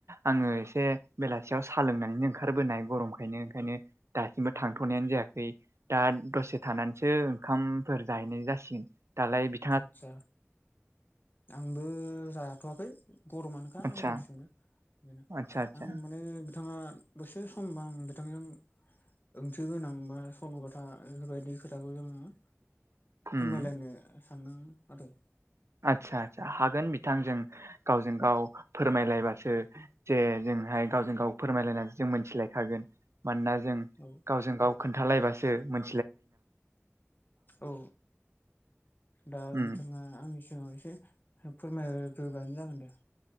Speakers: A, on the right; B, on the left.
A: आङो एसे बेलासियाव सा लोंनानैनो ओंखारबोनाय गरमखायनो ओंखायनो दासिमबो थांथ'नायानो जायाखै दा दसे थानानैसो ओंखामफोर जाहैनाय जासिगोन दालाय बि
B: आदसा आंबो जाथ'वाखै। गरमानोखा
A: आदसा
B: जोंथिंबो बेनो
A: आदसा आदसा
B: आं माने बिथाङा दसे समबा आं बिथांजों ओंथि गोनां बा सल'बाथा बेफोरबायदि खोथाखौ जोङो
A: उम
B: फोरमायलायनो सानदो आरो।
A: आदसा आदसा हागोन बिथां जों गावजों गाव फोरमायलायबासो जे जोंहाय गावजों गाव फोरमायलायनानैसो जों मोनथिलायखागोन मानोना जों
B: औ
A: गावजों गाव खोन्थालायबासो मोन
B: औ दा
A: उम
B: बिथाङा आं जोङो एसे फोरमायग्रोबानो जागोन दे।